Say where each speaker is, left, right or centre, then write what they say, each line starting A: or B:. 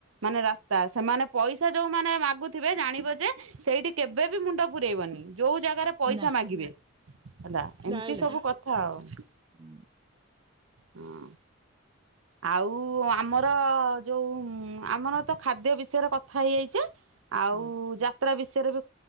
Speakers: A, on the right (about 80°); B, on the right (about 25°).
A: ମାନେ ରାସ୍ତା ସେମାନେ ପଇସା ଯୋଉମାନୋନ ମାଗୁଥିବେ ଜାଣିବ ଯେ ସେଇଠି କେବେ ବି ମୁଣ୍ଡ ପୁରେଇବନି ଯୋଉ ଜାଗାରେ ପଇସା
B: ନା
A: ମାଗିବେ ହେଲା
B: ନାଇଁଲା
A: ଏମିତି ସବୁ କଥା। ହଉ।
B: ହୁଁ
A: ହଁ। ଆଉ ଆମର ଯୋଉ ଆମର ତ ଖାଦ୍ୟ ବିଷୟରେ କଥା ହେଇଯାଇଚେ। ଆଉ
B: ହୁଁ।
A: ଯ ଯାତ୍ରା ବିଷୟରେ ବି